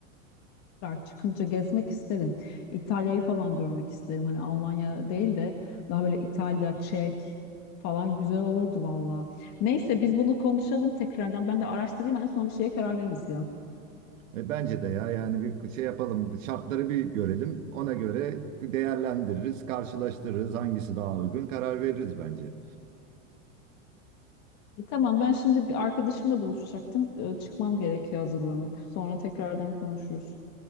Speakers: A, on the left (about 45°); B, on the right (about 75°).
A: Çıkınca gezmek isterim. İtalya'yı falan görmek isterim. Hani Almanya değil de daha böyle İtalya, Çek falan güzel olurdu valla. Neyse biz bunu konuşalım tekrardan. Ben de araştırayım en son bir şeye karar veririz ya.
B: E, bence de ya yani bir şey yapalım şartları bir görelim ona göre değerlendiririz karşılaştırırız hangisi daha uygun karar veririz bence.
A: E, tamam ben şimdi bir arkadaşımla buluşacaktım. E, çıkmam gerekiyor hazırlanıp. Sonra tekrardan konuşuruz.